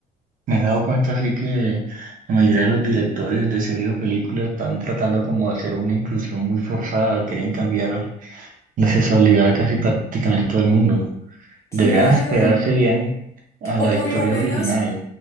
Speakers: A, on the right; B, on the left.
A: Me he dado cuenta así que la mayoría de los directores de series o películas están tratando como de hacer una inclusión muy forzada, quieren cambiar la sexualidad de casi prácticamente todo el mundo.
B: Claro,
A: Deberían pegarse bien a
B: o
A: la
B: por
A: historia
B: lo menos,
A: original.